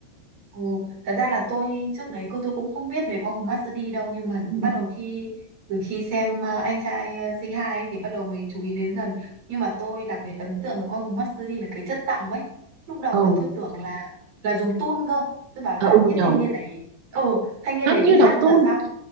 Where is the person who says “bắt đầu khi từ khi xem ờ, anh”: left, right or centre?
Right